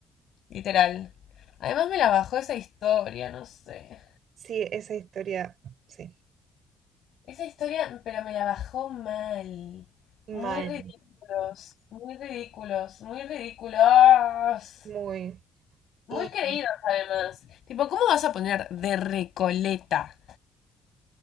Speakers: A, on the left (about 60°); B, on the right (about 55°).
A: literal. Además me la bajó esa historia, no sé.
B: Sí, esa historia, sí.
A: Esa historia, pero me la bajó mal.
B: Mal,
A: Muy ridículos, muy ridículos, muy ridículos.
B: muy.
A: Muy
B: Y
A: creídos además. Tipo, ¿cómo vas a poner de Recoleta?